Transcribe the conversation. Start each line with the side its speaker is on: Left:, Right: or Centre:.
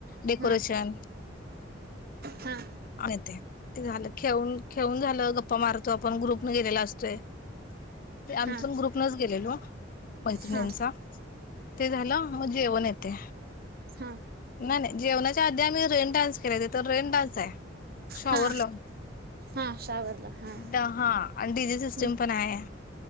Left: डेकोरेशन
Right: हा हा हा
Left: आणि ते ते झालं खेळून खेळून झालं गप्पा मारतो आपण ग्रुप न गेलेला असतोय ते आमच
Right: हा
Left: आमी ग्रुप नच गेलेलो मैत्रिणींचा
Right: हा
Left: ते झालं मग जेवण येते.
Right: हा
Left: नाही नाही जेवणाच्या आधी आम्ही रेन डान्स केले तिथ रेन डान्स आहे शॉवर
Right: हा
Left: लावून
Right: हा सावरलं हा
Left: दहा आणि डी जी सिस्टम
Right: ह
Left: पण आहे